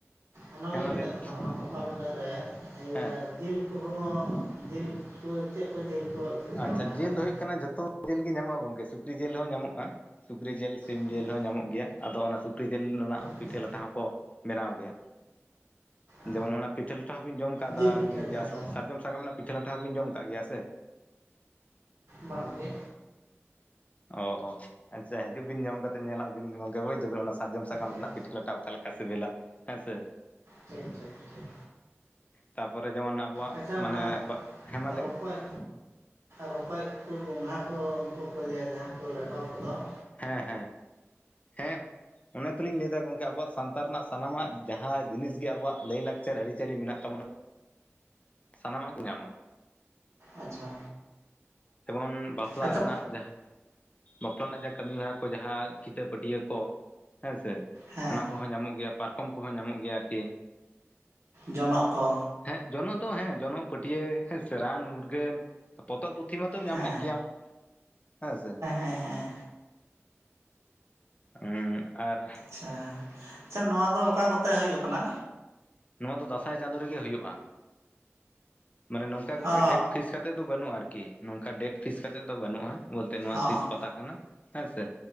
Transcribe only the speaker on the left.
ᱦᱮᱸ ᱢᱟ
ᱞᱟᱹᱭ ᱢᱮ
ᱦᱮᱸ
ᱟᱪᱪᱷᱟ
ᱡᱤᱞ
ᱫᱚ ᱦᱩᱭᱩᱜ ᱠᱟᱱᱟ ᱡᱷᱚᱛᱚ ᱡᱤᱞ ᱜᱮ ᱧᱟᱢᱚᱜᱼᱟ ᱜᱚᱝᱠᱮ ᱥᱩᱠᱨᱤ ᱡᱤᱞ ᱦᱚᱸ ᱧᱟᱢᱚᱜᱼᱟ᱾ ᱥᱩᱠᱨᱤ ᱡᱤᱞ ᱥᱤᱢ
ᱡᱤᱞ ᱦᱚᱸ ᱧᱟᱢᱚᱜ ᱜᱮᱭᱟ ᱟᱫᱚ ᱚᱱᱟ ᱥᱩᱠᱨᱤ ᱡᱤᱞ ᱨᱮᱱᱟᱜ
ᱯᱤᱴᱷᱟᱹ ᱞᱟᱴᱷᱟ ᱦᱚᱸᱠᱚᱼᱼ ᱵᱮᱱᱟᱣ ᱜᱮᱭᱟ <unintelligible>
ᱡᱮᱢᱚᱱ ᱚᱱᱟᱼᱼ ᱯᱤᱴᱷᱟᱹ ᱞᱟᱴᱷᱟ ᱦᱚᱸᱵᱤᱱ ᱡᱚᱢ ᱠᱟᱫᱟ
ᱜᱮᱭᱟ
ᱥᱟᱨᱡᱚᱢ ᱥᱟᱠᱟᱢ ᱨᱮᱱᱟᱜ ᱯᱤᱴᱷᱟᱹ ᱞᱟᱴᱷᱟ ᱦᱚᱸᱵᱤᱱ ᱡᱚᱢ ᱟᱠᱟᱫ ᱜᱮᱭᱟ ᱥᱮ
ᱚ ᱚ᱾ ᱟᱪᱪᱷᱟ ᱦᱤᱡᱩᱜ ᱵᱤᱱ ᱡᱚᱢ ᱠᱟᱛᱮ ᱧᱮᱞᱟᱜ ᱵᱤᱱ ᱵᱤᱱ ᱜᱚᱝᱠᱮ ᱵᱩᱡ ᱮᱫᱟᱵᱤᱱ ᱚᱱᱟ ᱥᱟᱨᱡᱚᱢ ᱥᱟᱠᱟᱢ
ᱨᱮᱱᱟᱜ ᱯᱤᱴᱷᱟᱹ ᱞᱟᱴᱷᱟ ᱚᱠᱟ ᱞᱮᱠᱟ ᱥᱤᱵᱤᱞᱟ ᱦᱮᱸ ᱥᱮ
ᱛᱟᱨᱯᱚᱨᱮ ᱡᱮᱢᱚᱱ ᱟᱵᱚᱣᱟᱜ
ᱢᱟᱱᱮ
ᱦᱮᱸ ᱢᱟ ᱞᱮᱭ
ᱢᱮᱼᱼ
ᱦᱮᱸ ᱦᱮᱸ <unintelligible> ᱦᱮᱸ᱾ ᱚᱱᱮ ᱛᱚᱞᱤᱧ ᱞᱟᱹᱭ ᱮᱫᱟ ᱜᱚᱝᱠᱮ ᱟᱵᱚᱣᱟᱜ ᱥᱟᱶᱛᱟ ᱨᱮᱱᱟᱜ ᱥᱟᱱᱟᱢᱟᱜ ᱡᱟᱦᱟᱸ ᱡᱤᱱᱤᱥ ᱜᱮ ᱟᱵᱚᱣᱟᱜ ᱞᱟᱹᱭ ᱞᱟᱠᱪᱟᱨ ᱟᱹᱨᱤᱪᱟᱹᱞᱤ ᱢᱮᱱᱟᱜ ᱛᱟᱵᱚᱱᱟ᱾ ᱥᱟᱱᱟᱢᱟᱜ ᱜᱮ ᱧᱟᱢᱟ᱾
ᱡᱮᱢᱚᱱ ᱵᱟᱯᱞᱟ
ᱨᱮᱱᱟᱜ ᱡᱟᱦᱟ ᱵᱟᱯᱞᱟ ᱨᱮᱱᱟᱜ ᱡᱟᱦᱟᱸ ᱠᱟᱹᱢᱤ ᱦᱚᱨᱟ ᱠᱚ ᱡᱟᱦᱟᱸ ᱠᱤᱛᱟᱹ ᱯᱟᱹᱴᱭᱟ ᱠᱚ ᱦᱮᱸᱥᱮ
ᱚᱱᱟ ᱠᱚ ᱧᱟᱢᱚᱜ ᱜᱮᱭᱟ ᱯᱟᱨᱠᱚᱢ ᱠᱚᱦᱚᱸ ᱧᱟᱢᱚᱜ ᱜᱮᱭᱟ ᱟᱨᱠᱤ
ᱦᱮᱸ ᱡᱚᱱᱚᱜ ᱫᱚ ᱦᱮᱸ ᱡᱚᱱᱚᱜ ᱯᱟᱹᱴᱭᱟ. ᱦᱮᱥᱮ ᱨᱟᱱ ᱢᱩᱨᱜᱟᱹᱱ᱾ ᱯᱚᱛᱚᱵ ᱯᱩᱛᱷᱤ ᱢᱟᱛᱚ ᱧᱟᱢᱮᱫ
ᱜᱮᱭᱟᱢ ᱦᱮᱸ ᱥᱮ᱾
ᱦᱩᱸ᱾ᱟᱨᱼᱼ
ᱱᱚᱣᱟ ᱫᱚ ᱫᱟᱸᱥᱟᱭ ᱪᱟᱸᱫᱳ ᱨᱮᱜᱮ ᱦᱩᱭᱩᱜᱼᱟ᱾ ᱢᱟᱱᱮ ᱱᱚᱝᱠᱟ ᱜᱚᱝᱠᱮ
ᱰᱮᱴ ᱯᱷᱤᱥ ᱠᱟᱛᱮᱜ ᱫᱚ ᱵᱟᱹᱱᱩᱜᱼᱟ ᱟᱨᱠᱤ ᱱᱚᱝᱠᱟ ᱰᱮᱴ ᱯᱷᱤᱥ ᱠᱟᱛᱮᱜ ᱫᱚ ᱵᱟᱹᱱᱩᱜᱼᱟ᱾ ᱵᱚᱞᱛᱮ ᱱᱚᱣᱟ
ᱛᱤᱥ ᱯᱟᱛᱟ ᱠᱟᱱᱟ ᱦᱮᱸᱥᱮ